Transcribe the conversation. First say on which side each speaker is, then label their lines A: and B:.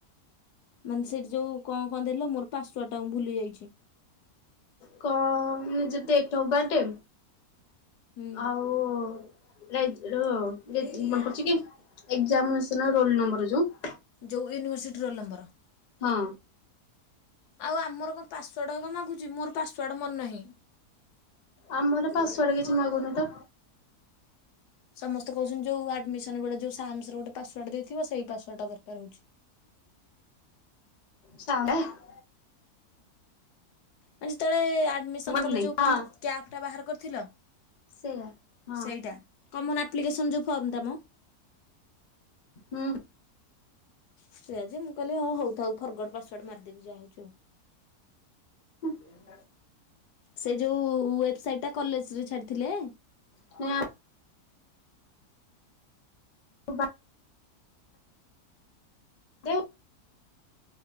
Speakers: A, on the left; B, on the left.
A: ମାନେ, ସେଠି ଯୋଉ କଣ, କଣ ଦେଲେ। ମୋର ପାସୁଆଡ ଟାକୁ ଭୁଲି ଯାଇଛି।
B: କ ନିଜ ଡେଟ୍ ଅଫ ବାର୍ଥ।
A: ହୁଁ।
B: ଆଉ <unintelligible> ମନ କରୁଛି କି ଏକ୍ସାମ୍। ରୋଲ ନମ୍ବର ଯୋଉ।
A: ଯେଉଁ ୟୁନିଭର୍ସିଟିର ନ।
B: ହଁ।
A: ଆଉ, ଆମର କଣ ପାସୱାର୍ଡ଼ କଣ ମାଗୁଛି? ମୋର ପାସୱାର୍ଡ଼ ମୋର ମନ ନାହିଁ।
B: ଆମର ପାସୱାର୍ଡ କିଛି ମାଗୁନି ତ
A: ସମସ୍ତେ କହୁଛନ୍ତି ଯେୋଉ ଆଡମିସନ ବେଳେ ଯୋଉ ସାଇନ୍ସ ର ଗୋଟେ ପାସୱାର୍ଡ ଦେଇଥିବ ସେଇ ପାସୱାର୍ଡଟା ଦରକାର ହଉଛି।
B: <inaudible>
A: ମାନେ ଯେତେବେଳେ ଆଡ଼ମିସନ୍
B: ମନେ
A: କଲେ
B: ନାହିଁ
A: ଯେଉଁ
B: ହଁ
A: କ୍ୟାପ୍ଟା ବାହାର କରିଥିଲ <inaudible>
B: ସେଇଆ ହଁ
A: ସେଇଟା କମନ ଆପ୍ଲିକସନ ଯୋଉ ଫର୍ମ ତମ
B: ହୁଁ।
A: ସେଇଆ ଯେ ମୁଁ କିଲ ହଁ ହଉ ଫରୱାର୍ଡ ପାସୱାର୍ଡ ମାରିେବି ଯହାାଉଉ ଆଉ
B: <inaudible>
A: ସେ ଯେଉ ୱେବସାଇଟ୍ଟା କଲେଜରେ ଛାଡ଼ିଥିଲେ
B: <unintelligible> <unintelligible> <unintelligible>